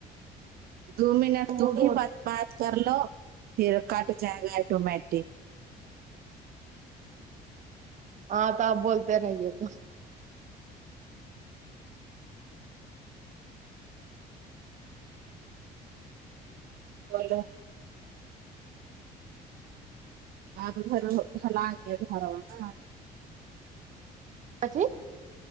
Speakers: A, on the right; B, on the right.
A: دو منٹ تم
B: موڈ ہو
A: بات بات کر لو پھر کٹ جائے گا ایٹومیٹک
B: ہاں تو آپ بولتے رہے تو
A: اورا <unintelligible> آپ دھر لگے دھرانا
B: ا